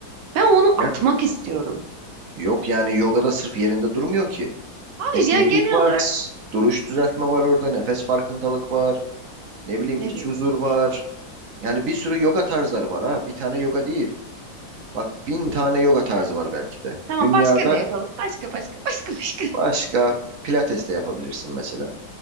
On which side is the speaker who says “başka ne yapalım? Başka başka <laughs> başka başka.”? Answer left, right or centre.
Right